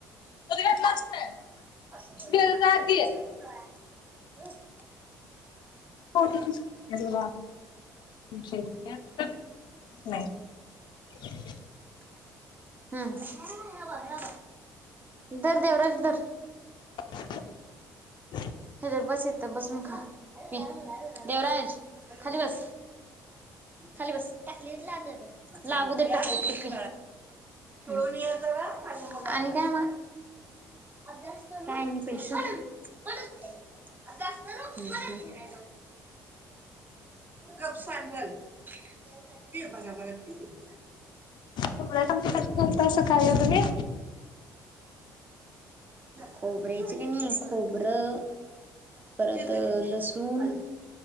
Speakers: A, on the left; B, on the right.
A: दूध घेतलास काय?
B: असं भंजनात
A: दूध घेजा जा
B: करत्यात
A: की.
B: हं.
A: हो तुमची <unintelligible> नाही. <unintelligible>
B: हां. धर देवराज धर.
A: <inaudible>
B: हे धर बस इथ बसून खा. देवराज खाली बस. खाली बस. टाकलीेत लागल लागूद टकलीत. आणि काय मग? काय आणि पेशंट? ह़़ ह़ <unintelligible> गप सांडल पी की भराभर त बोला.
A: खोबऱ्याची आमटी कशी करत्यासा काय ओ तुम्ही?
B: खोबऱ्याची कनी खोबरं परत अ लसूण,